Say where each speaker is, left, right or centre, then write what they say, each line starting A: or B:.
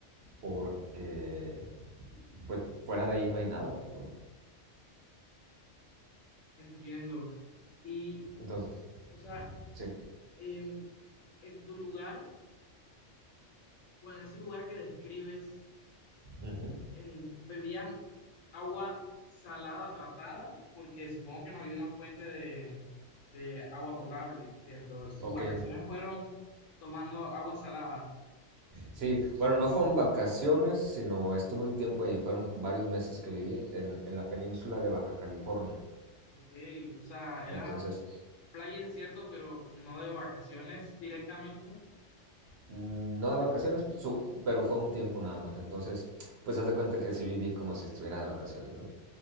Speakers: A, on the right (about 60°); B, on the left (about 80°).
A: porque, pues, fuera de ahí no hay nada, ¿no?
B: entiendo. Y,
A: Entonces,
B: o sea,
A: sí.
B: en, en tu lugar, bueno, ese lugar que describes,
A: Uh -huh.
B: em, ¿bebían agua salada tratada? Porque supongo que no había una fuente de, de agua potable, ¿cierto? Tus
A: Ok,
B: vacaciones fueron tomando agua salada.
A: Sí, bueno, no fueron vacaciones, sino estuve un tiempo ahí, fueron varios meses que viví en, en la península de Baja California.
B: Ok, o sea, era
A: Entonces,
B: playa y desierto, pero no de vacaciones directamente.
A: mm, no de vacaciones, su- pero fue un tiempo nada más. Entonces, pues haz de cuenta que sí viví como si estuviera de vacaciones, ¿no?